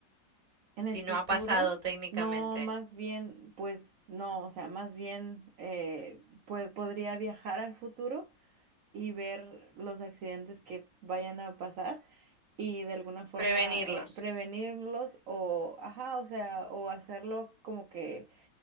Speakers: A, on the right (about 70°); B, on the right (about 25°).
A: En
B: Si
A: el
B: no
A: futuro,
B: ha pasado técnicamente.
A: no, más bien, pues no, o sea, más bien, eh, pues podría viajar al futuro y ver los accidentes que vayan a pasar y de alguna forma
B: Prevenirlos.
A: eh, prevenirlos o, ajá, o sea, o hacerlo como que